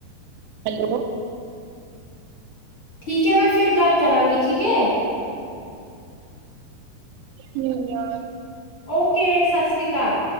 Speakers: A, on the right; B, on the left.
A: ਹੈਲੋ,
B: ਠੀਕ ਹੈ ਮੈਂ ਫੇਰ ਗੱਲ ਕਰਾਂਗੀ ਠੀਕ ਐ,
A: ਹੂੰ ਆ,
B: ਓਕੇ ਸਤਿ ਸ੍ਰੀ ਕਾਲ